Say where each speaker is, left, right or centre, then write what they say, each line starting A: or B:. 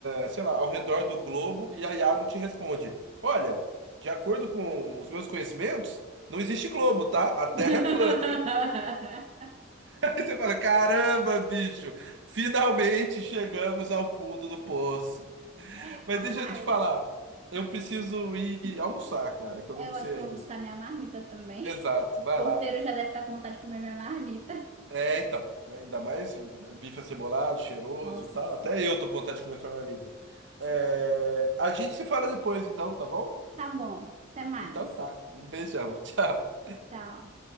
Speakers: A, on the right; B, on the right.
A: eh, sei lá, ao redor do globo e a IA não te responde. Olha, de acordo com os meus conhecimentos, não existe globo, tá? A Terra
B: <laughs>
A: é plana. <laughs> Aí você fala, caramba, bicho, finalmente chegamos ao fundo do poço.
B: É capaz.
A: Mas deixa eu te falar, eu preciso ir almoçar, cara, que eu
B: Eu
A: não almocei
B: acho que
A: ainda.
B: eu vou buscar minha marmita também.
A: Exato, vai
B: O
A: lá.
B: porteiro já deve estar com vontade de comer minha marmita.
A: É, então, né? Ainda mais né, bife acebolado, cheiroso
B: Nossa,
A: e tal.
B: sim.
A: Até eu tô com vontade de comer essa marmita. É, A gente se fala depois, então, tá bom?
B: Tá bom. Até mais.
A: Então tá. Um beijão. <laughs> Tchau.
B: Tchau.